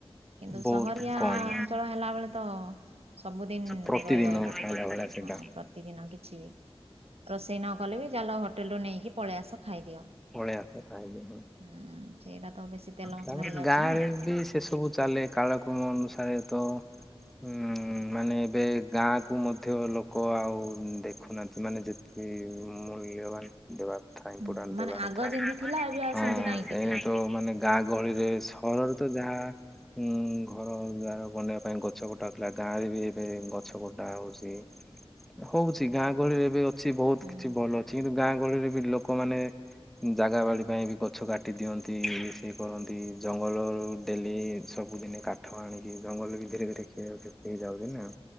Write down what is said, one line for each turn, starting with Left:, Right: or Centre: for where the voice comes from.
Right: କିନ୍ତୁ
Centre: ବହୁତ
Right: ସହରିଆ
Centre: କମ୍
Right: ଅଞ୍ଚଳ ହେଲା ବଳେ ତ ସବୁଦିନ
Centre: ପ୍ରତିଦିନ
Right: ରହିବ ଏକା
Centre: ଖାଇଲା
Right: ଟିକେ ଟିକେ
Centre: ଭଳିଆ ସେଟା
Right: ହଁ ପ୍ରତିଦିନ କିଛି ବି ରୋଷେଇ ନ କଲେ ବି ଜାଲ ହୋଟେଲ ରୁ ନେଇକି ପଳେଇ ଆସ ଖାଇଦିଅ।
Centre: ଳସ ଖାଇଲେଁ
Right: ହୁଁ ସେଇଟା ତ ବେଶୀ ତେଲ ମସଲା
Centre: ତାପରେ
Right: ହେଇଯାଉଛି
Centre: ଗାଁରେ
Right: ନା
Centre: ବି ସେ ସବୁ ଚାଲେ କାଳକ୍ରମ ଅନୁସାରେ ପାଷାରେ ତ ହଁ ମାନେ ଏବେ ଗାଁ କୁ ମଧ୍ୟ ଲୋକ ଆଉ ଦେଖୁନାହାନ୍ତି ମାନେ ଯେତିକି ମୂଲ୍ୟବାନ ଦେବାକୁ ଦେବା କଥା
Right: ହୁଁ ମାନେ ଆଗ ଯେମିତି ଥିଲା ଏବେ ଆଉ
Centre: ହଁ
Right: ସେମିତି ନାହିଁ ଟିକେ
Centre: ଏଇ ତ ମାନେ ଗାଁ ଗହଳିରେ ଘରରେ ତ ଯାହା ଉ ଘର ଯାହାର ବନେଇବା ପାଇଁ ଗଛ କଟା ପିଲା ଗାଁ ରେ ବି ଏବେ ଗଛ କଟା ହଉଛି ହଉଛି ଗାଁ ଗହଳିରେ ଏବେ ଅଛି ବହୁତ
Right: ହୁଁ
Centre: କିଛି ଭଲ ଅଛି କିନ୍ତୁ ଗାଁ ଗହଳିରେ ବି ଲୋକ ଲୋକମାନେ ଜାଗା ବାଡ଼ି ପାଇଁ ବି ଗଛ କାଟି ଦିଅନ୍ତି ସେଏ କରନ୍ତି ଜଙ୍ଗଲରୁ ଡେଲି ସବୁଦିନେ କାଠ ଆଣିକି ଜଙ୍ଗଲ ବି ଧରେ ଦେଖିବା ଯାଉଦିନ ନା